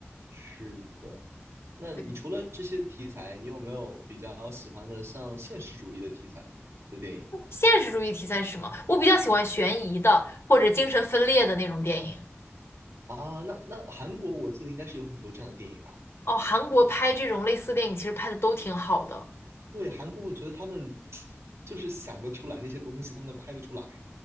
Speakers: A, on the right (about 70°); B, on the left (about 60°).
A: 是的。那你除了这些题材，
B: 对，
A: 你有没有比较喜欢的像现实主义的题材的电影？
B: 现实主义题材是什么？我比较喜欢悬疑的或者精神分裂的那种电影。
A: 啊，那那韩国我记得应该是有很多这样的电影吧？
B: 哦，韩国拍这种类似电影其实拍的都挺好的。
A: 对，韩国我觉得他们 <tsk> 就是想得出来那些东西，他们拍得出来